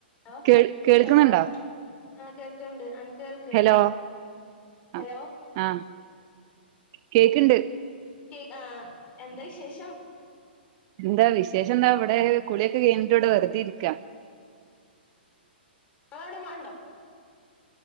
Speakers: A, on the left; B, on the right.
A: Hello
B: കേൾ കേൾക്കുന്നുണ്ടോ
A: hello ആ കേൾക്കന്നുണ്ട് കേൾക്കണ്ടാ
B: ഹലോ
A: ഹലോ
B: ആ ആ കേക്ക്ണ്ട്
A: കേക്ക് ആഹ് എന്താ വിശേഷം
B: എന്താ വിശേഷം എന്താ അവിടെ കുളിയൊക്കെ കഴഞ്ഞിട്ട് ഇവിടെ വെറുതെ ഇരിക്കാ
A: നിങ്ങളവിടെ മഴണ്ടോ